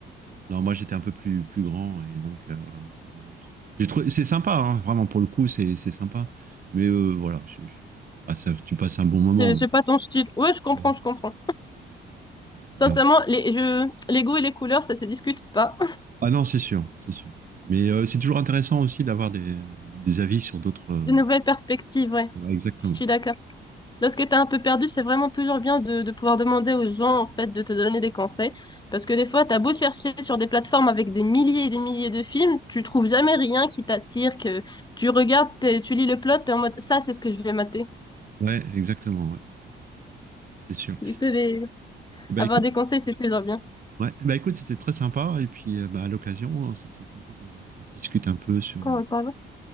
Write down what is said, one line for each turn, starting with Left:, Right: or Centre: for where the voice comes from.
Right: Non, moi, j'étais un peu plus, plus grand. Et donc, euh, voilà. C'est bon. J'ai trouvé- c'est sympa, hein, vraiment, pour le coup, c'est c'est sympa. Mais euh, voilà. je- je- ah, ça, tu passes un bon moment.
Left: Je sais pas ton style. Ouais, je comprends,
Right: mais, euh,
Left: je comprends.
Right: voilà.
Left: Sincèrement, les, je, les goûts et les couleurs, ça se discute pas.
Right: Ah non, c'est sûr. C'est sûr. Mais euh, c'est toujours intéressant aussi d'avoir des, des avis sur d'autres. euh,
Left: De nouvelles perspectives, ouais,
Right: voilà, Exactement.
Left: je suis d'accord. Lorsque t'es un peu perdu, c'est vraiment toujours bien de, de pouvoir demander aux gens, en fait, de te donner des conseils. Parce que des fois, t'as beau chercher sur des plateformes avec des milliers et des milliers de films, tu trouves jamais rien qui t'attire, que tu regardes, t'es- tu lis le plot, t'es en mode, ça, c'est ce que je vais mater.
Right: Ouais, exactement. ouais, C'est sûr.
Left: Du coup, des-
Right: Eh ben,
Left: avoir
Right: écoute,
Left: des conseils, c'est toujours bien.
Right: ouais, eh ben, écoute, c'était très sympa. Et puis, euh, bah, à l'occasion, hein, ce serait sympa qu'on qu'on rediscute un peu sur.
Left: Encore,
Right: euh,
Left: encore.